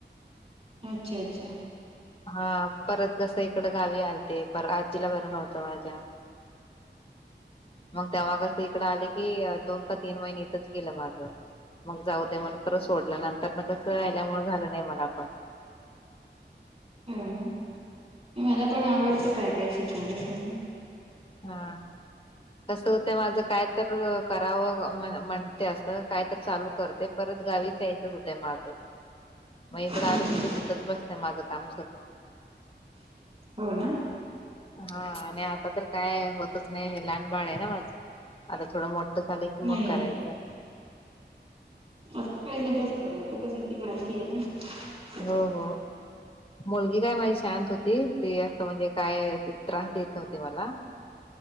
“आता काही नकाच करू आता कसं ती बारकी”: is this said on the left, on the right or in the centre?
Right